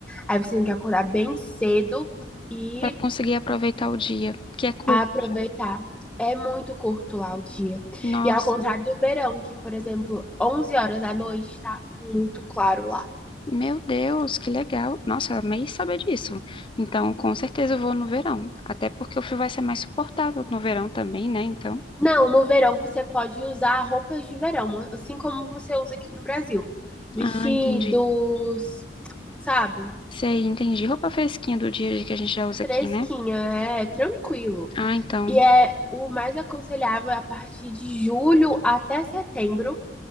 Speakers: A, in the centre; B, on the left.
A: Aí você tem que acordar bem cedo e
B: Para conseguir aproveitar o dia, que é curto
A: aproveitar.
B: já.
A: É muito curto lá o dia.
B: Nossa.
A: E ao contrário do verão, que, por exemplo, 11 horas da noite tá muito claro lá.
B: Meu Deus, que legal. Nossa, eu amei saber disso. Então, com certeza eu vou no verão. Até porque o frio vai ser mais suportável no verão também, né? Então.
A: Não, no verão você pode usar roupas de verão, assim como você usa aqui no Brasil. Vestidos,
B: Ah, entendi.
A: sabe?
B: Sei, entendi. Roupa fresquinha do dia a dia que a gente já usa
A: Fresquinha,
B: aqui, né?
A: é tranquilo.
B: Ah, então.
A: E é o mais aconselhável é a partir de julho até setembro.